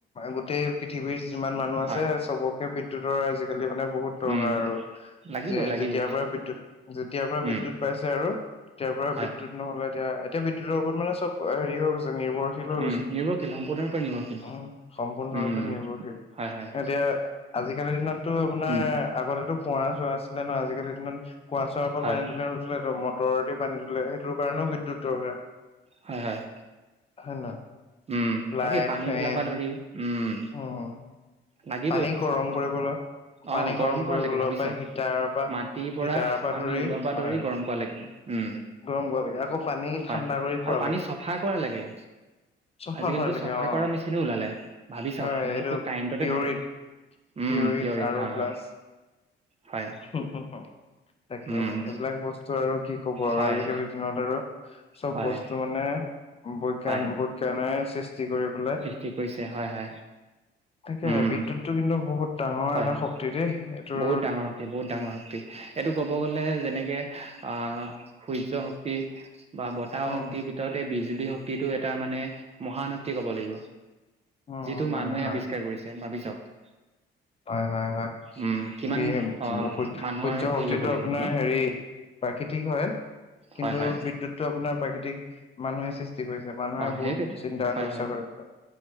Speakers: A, on the left; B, on the right.
A: গোটেই পৃথিৱীৰ যিমান মানুহ
B: হয়,
A: আছে চবকে বিদ্যুতৰ আজিকালি মানে বহুত দৰকাৰ
B: উম,
A: আৰু।
B: লাগিবই
A: যে
B: লাগিবই,
A: যেতিয়াৰ পৰা বিদ্যুৎ, যেতিয়াৰ পৰা
B: উম,
A: বিদ্যুৎ পাইছে আৰু, তেতিয়াৰ পৰা
B: হয়,
A: বিদ্যুৎ নহ'লে এতিয়া, এতিয়া বিদ্যুৎৰ ওপৰত মানে চব হেৰি হৈ গৈছে নিৰ্ভৰ <unintelligible> হৈ
B: উম,
A: গৈছে।
B: নিৰ্ভৰশীল সম্পূৰ্ণৰূপে নিৰ্ভৰশীল,
A: উম, সম্পূৰ্ণৰূপে
B: উম,
A: নিৰ্ভৰশীল,
B: হয় হয়,
A: এতিয়া আজিকালিৰ দিনতটো আপোনাৰ
B: উম,
A: আগতেটো কুঁৱা চুৱা আছিলে ন' আজিকালিটো ইমান কুঁৱা চুৱাৰ পৰা
B: হয়,
A: পানী তুলে নোতুলেটো মটৰেদি পানী তোলে, সেইটো কাৰণেও বিদ্যুৎ দৰকাৰ।
B: হয় হয়।
A: <inaudible> <unintelligible>
B: উম,
A: লাইট
B: তাকে পানী
A: ফেন
B: তুলা পা ধৰি, উম।
A: উম
B: লাগিবই,
A: পানী গৰম কৰিবলৈ।
B: অ
A: পানী
B: গৰম কৰা
A: কৰিবলৈ
B: লেকে ভাবি
A: পৰা
B: চাওক,
A: হিটাৰৰ পৰা
B: মাটিৰ পৰা
A: হিটাৰৰ
B: পানী
A: ধৰি
B: ওলোৱা পা
A: হয়
B: ধৰি গৰম কৰা লেকে। উম।
A: গৰম কৰা লেকে, আকৌ পানী
B: হয়,
A: ঠাণ্ডা।
B: আৰু
A: কৰি খোৱালৈকে
B: পানী চফা কৰা লেকে।
A: চফা
B: আজিকালিতো
A: কৰালৈকে
B: চফা
A: অ
B: কৰা মেচিনো ওলালে, ভাবি
A: হয়
B: চাওক,
A: এইটো
B: চবতো কাৰেন্টতে
A: পিয়ৰিত
B: থাকে।
A: <unintelligible>
B: উম পিয়ৰ ইথাৰ
A: আৰু প্লাছ।
B: হয় হয়
A: হম হম, তাকে
B: উম
A: এইবিলাক বস্তু আৰু কি কব আৰু
B: হয়
A: আজিকালিৰ দিনত আৰু। চব
B: হয়
A: বস্তু মানে, বৈজ্ঞান
B: হয়
A: বৈজ্ঞানেৰে সৃষ্টি কৰি পেলাই।
B: সৃষ্টি কৰিছে, হয় হয়।
A: তাকেহে,
B: উম
A: বিদ্যুতটো কিন্তু বহুত ডাঙৰ
B: হয়
A: এটা
B: হয়
A: শক্তি দেই এইটো।
B: বহুত ডাঙৰ শক্তি বহুত ডাঙৰ শক্তি এইটো ক'ব গ'লে যেনেকে আ সূৰ্য শক্তি। বা বতাহ
A: উম
B: শক্তিৰ ভিতৰত বিজুলী শক্তিটো এটা মানে, মহান শক্তি ক'ব লাগিব।
A: উম
B: যিটো
A: হয়
B: মানুহে
A: হয়
B: আৱিষ্কাৰ কৰিছে ভাবি চাওক।
A: হয় হয় হয়,
B: উম কিমান
A: <unintelligible>
B: অ
A: সূৰ্য
B: মানুহৰ হেৰি
A: শক্তিটো
B: হ'ব লাগিব
A: আপোনাৰ
B: ন
A: হেৰি। প্ৰাকৃতিক হয়,
B: হয়
A: কিন্তু
B: হয়
A: বিদ্যুতটো আপোনাৰ প্ৰাকৃতিক। মানুহে সৃষ্টি কৰিছে মানুহে
B: অ
A: বহুত চিন্তা
B: হয়
A: চৰ্চা কৰিছে।